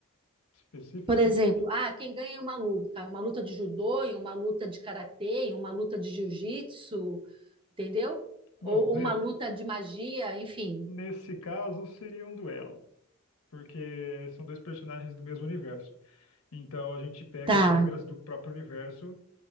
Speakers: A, on the left (about 85°); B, on the right (about 25°).
A: Específica?
B: Por exemplo, ah, quem ganha é uma luta? Uma luta de judô, em uma luta de karatê, em uma luta de jiu-jitsu, entendeu?
A: Bom,
B: Ou, ou
A: ne-
B: uma luta de magia, enfim.
A: nesse caso seria um duelo, porque são dois personagens do mesmo universo. Então a gente pega
B: Tá.
A: as regras do próprio universo